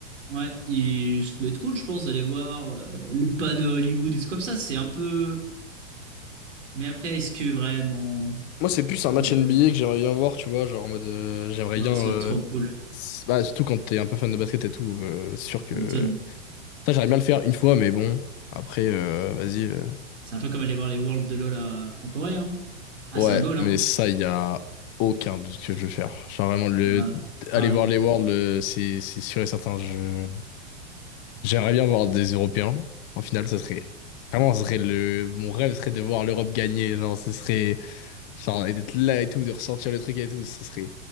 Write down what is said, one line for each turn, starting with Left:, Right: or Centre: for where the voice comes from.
Right: ouais, et ça doit être cool, je pense, d'aller voir euh, le panneau Hollywood et tout comme ça, c'est un peu. Mais après, est-ce que vraiment
Left: Moi, c'est plus
Right: ça
Left: un match
Right: m'intéresse?
Left: NBA
Right: tu
Left: que j'aimerais bien voir, tu vois. Genre en mode. euh, j'aimerais
Right: vois
Left: bien.
Right: Ah, ça
Left: euh,
Right: doit être trop cool,
Left: s- Bah, surtout quand t'es un peu fan de basket et tout. euh, c'est sûr que.
Right: tu m'étonnes.
Left: Ça, j'aimerais bien le faire une fois, mais bon. Après, euh, vas-y. euh.
Right: C'est un peu comme aller voir les Worlds de LoL à- en Corée. Hein. Ah,
Left: Ouais,
Right: c'est un goal.
Left: mais
Right: Hein.
Left: ça, il y a aucun doute que je vais le faire. Genre vraiment, le.
Right: Euh,
Left: Aller
Right: pareil,
Left: voir les Worlds, euh, c'est c'est sûr et certain. je J'aimerais bien voir des Européens. En finale, ça serait vraiment, ça serait le mon rêve serait de voir l'Europe gagner. Genre, ce serait genre et d'être là et tout, de ressentir le truc et tout, ça serait